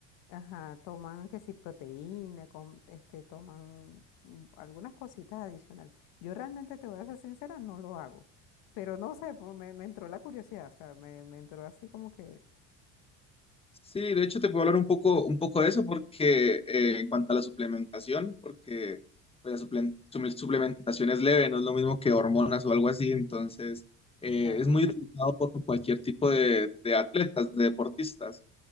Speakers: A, on the left; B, on the left.
A: Ajá, toman que si proteína, com- este, toman mm, algunas cositas adicionales. Yo realmente te voy a ser sincera, no lo hago. Pero no sé, pues me, me entró la curiosidad, o sea, me, me entró así como que,
B: Sí, de hecho te puedo hablar un poco, un poco de eso porque eh, en cuanto a la suplementación, porque pues, la suplen- suple- suplementación es leve, no es lo mismo que hormonas o algo así, entonces eh,
A: claro.
B: es muy utilizado por cualquier tipo de, de atletas, de deportistas,